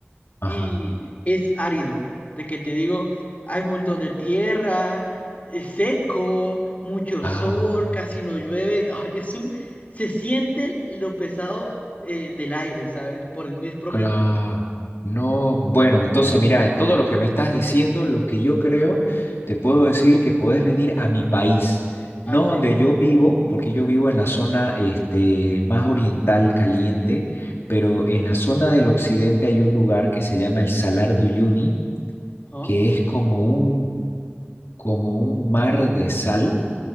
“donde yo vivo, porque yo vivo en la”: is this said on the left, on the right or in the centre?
Left